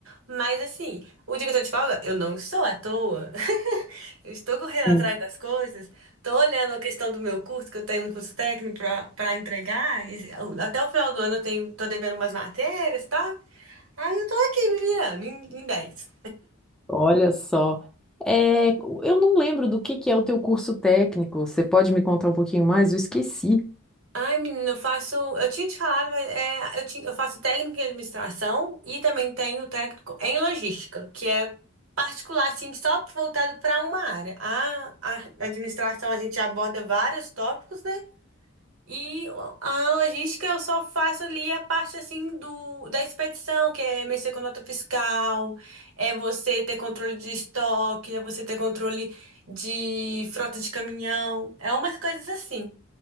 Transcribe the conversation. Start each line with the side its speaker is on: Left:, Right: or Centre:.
Right: Mas assim, o dia que eu tô de folga, eu não estou à toa. <laughs> Eu estou correndo
Centre: Hum,
Right: atrás das coisas, tô olhando a questão do meu curso, que eu tenho um curso técnico pra, pra entregar. e até o final do ano eu tenho, tô devendo umas matérias, tá? Aí eu tô aqui me virando em, em 10.
Centre: Olha só. É, eu não lembro do que que é o teu curso técnico. Você pode me contar um pouquinho mais? Eu esqueci.
Right: Ai, menina, eu faço. Eu tinha te falado, mas é, eu, tinha, eu faço técnico em administração e também tenho técnico em logística, que é particular, assim, só voltado para uma área. A, a administração a gente aborda vários tópicos, né? E a logística eu só faço ali a parte assim do da expedição, que é mexer com nota fiscal, é você ter controle de estoque, é você ter controle de frota de caminhão, é umas coisas assim.